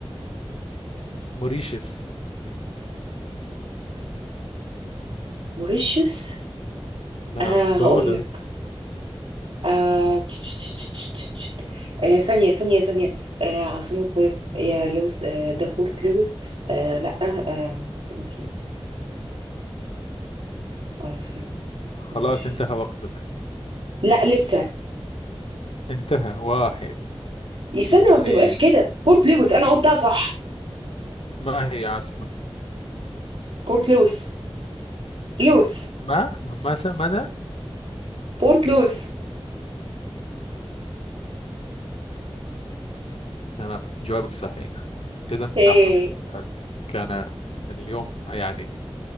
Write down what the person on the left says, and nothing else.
موريشيس
نعم
دولة
خلاص انتهى وقتك
انتهى واحد
اثنين
ما هي عاصمة
ما ماذا ماذا
تمام جوابك صحيح إذا
نحن كان اليوم يعني